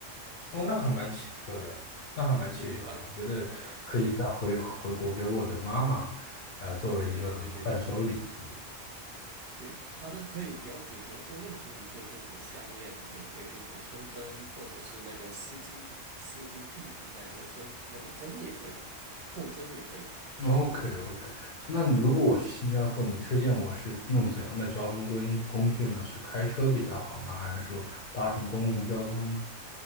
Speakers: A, on the left (about 55°); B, on the right (about 65°).
A: 哦，那还蛮奇特的，那还蛮奇特的。
B: 对对，蛮
A: 我觉得可以带回回国给我的妈妈，
B: 对
A: 呃，作为一个伴手礼之类。
B: 对对对对。对，它的可以比较也比较多用途，你可以变成项链，也可以变成胸针，或者是那个丝巾，丝巾拼那个胸那个针也可以，扣针也可以。
A: OK OK，那如果我去新加坡，
B: 嗯，
A: 你推荐我是用怎样的交通工工具呢？是开车比较好呢，还是说搭乘公共交通呢？